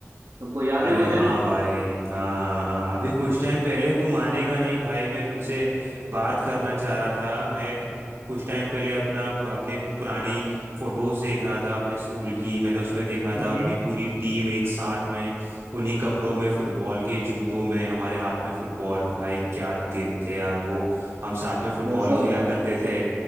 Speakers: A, on the right; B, on the right.
A: तुमको याद
B: अरे
A: है वो दिन
B: हाँ भाई हाँ हाँ हाँ अभी कुछ टाइम पहले तू मानेगा नहीं भाई मैं तुझसे बात करना चाह रहा था मैं कुछ टाइम पहले अपना अपनी पुरानी फोटोज देख रहा था अपने स्कूल की मैंने उसमें देखा
A: हम्म
B: था अपनी पूरी टीम एक साथ में उन्हीं कपड़ों में फुटबॉल के जूतों में हमारे हाथ में फुटबॉल भाई क्या दिन थे यार वो हम साथ में फुटबॉल
A: गजब
B: खेला
A: यार
B: करते
A: गजब
B: थे